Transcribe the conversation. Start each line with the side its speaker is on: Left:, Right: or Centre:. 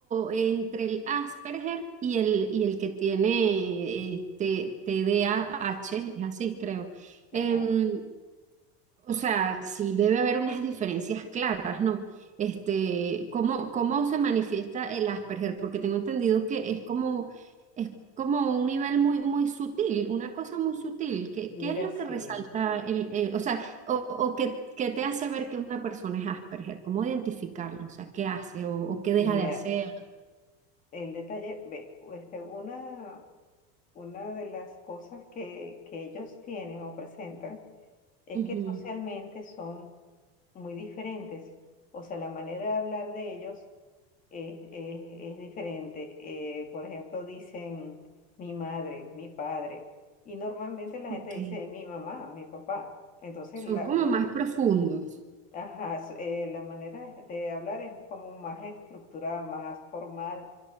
Right: entre el Asperger y el, y el que tiene eh, T- TDAH, es así, creo.
Left: ajá.
Right: Em, o sea, sí debe haber unas diferencias claras, ¿no? Este, ¿cómo, cómo se manifiesta el Asperger? Porque tengo entendido que es como como un nivel muy, muy sutil, una cosa muy sutil. ¿Qué,
Left: Mira,
Right: qué es lo
Left: sí,
Right: que resalta el, eh, o sea, o, o que, que te hace ver que una persona es Asperger? ¿Cómo identificarlo? O sea, ¿qué hace o, o qué
Left: mira,
Right: deja de hacer?
Left: el detalle, ve, este, una, una de las cosas que, que ellos tienen o presentan es
Right: Ujú,
Left: que socialmente son muy diferentes. O sea, la manera de hablar de ellos es, es, es diferente. Eh, por ejemplo, dicen mi madre, mi padre, y normalmente la
Right: Ok.
Left: gente dice mi mamá, mi papá. Entonces,
Right: Son
Left: la,
Right: como
Left: la,
Right: más profundos.
Left: ajá, s- eh, la manera de de hablar es como más estructurada, más formal.